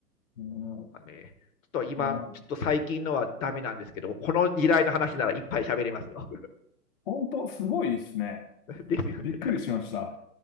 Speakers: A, on the left; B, on the left.
A: うん、
B: かね。ちょっと今、
A: まあ、
B: ちょっと最近のはダメなんですけど、この時代の話ならいっぱい喋れますよ。
A: 本当すごいですね。
B: <laughs> ですよね。
A: びっくりしました。